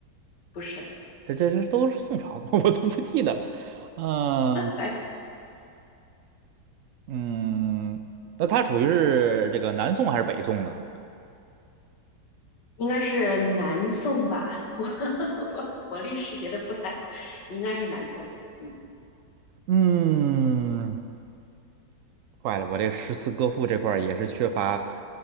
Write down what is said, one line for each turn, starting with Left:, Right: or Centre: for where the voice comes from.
Left: 不是，
Right: 这这是都是宋朝的吗？<laughs> 我都不记得了，嗯
Left: 白，
Right: 嗯，那他属于是这个南宋还是北宋呢？
Left: 应该是南宋吧，<laughs> 我我我历史学的不太好，应该是南宋，嗯，
Right: 嗯。坏了，我这诗词歌赋这块儿也是缺乏